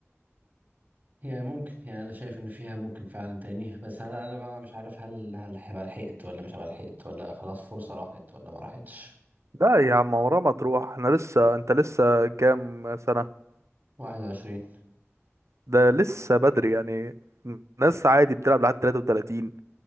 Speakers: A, on the right; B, on the right.
A: هي ممكن يعني انا شايف ان فيها ممكن فعلا تاني بس هل انا بقى مش عارف هل هل هبقى لحقت ولا مش هبقى لحقت ولا خلاص فرصة راحت ولا ما راحتش
B: لا يا عم عمرها ما تروح احنا لسه انت لسه كام سنه
A: 21
B: ده لسه بدري يعني ناس عادي بتلعب لحد 33